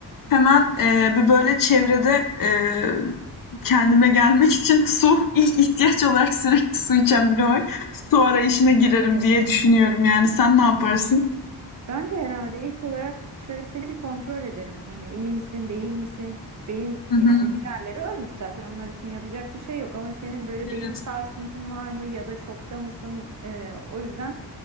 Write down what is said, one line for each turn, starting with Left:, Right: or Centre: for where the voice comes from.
Left: Hemen eee, bir böyle çevrede eee, kendime gelmek için <laughs> su ilk ihtiyaç olarak sürekli su içen biri olarak su arayışına girerim diye düşünüyorum yani. Sen ne yaparsın?
Right: Ben de herhalde ilk olarak şöyle seni bir kontrol ederim. Hani iyi misin, değil misin? Beyin
Left: Hı
Right: yani
Left: hı.
Right: diğerleri ölmüş zaten onlar için yapacak bir şey yok ama senin böyle
Left: Evet.
Right: beyin sarsıntın var mı ya da şokta mısın? Ee, o yüzden